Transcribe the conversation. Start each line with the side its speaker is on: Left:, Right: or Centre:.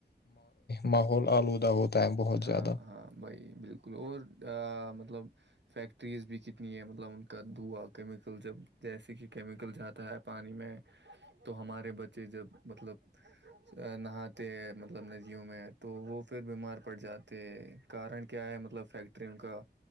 Left: ماحول آلودہ ہوتا ہے بہت
Right: ہاں
Left: زیادہ
Right: ہاں بھائی بالکل اور مطلب فیکٹریز بھی کتنی ہیں مطلب ان کا دھوا کیمیکل جب جیسے کہ کیمیکل جاتا ہے پانی میں تو ہمارے بچے جب مطلب نہاتے ہیں مطلب ندیوں میں تو وہ پھر بیمار پڑ جاتے کارن کیا ہے مطلب فیکٹریوں کا